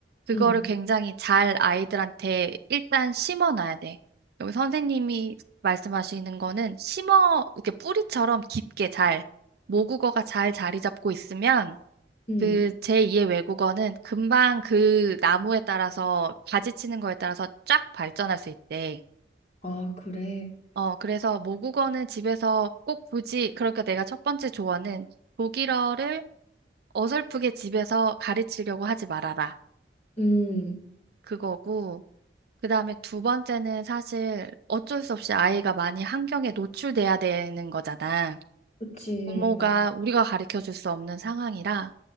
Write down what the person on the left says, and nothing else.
응
응
아, 그래.
응
그치,
맞아.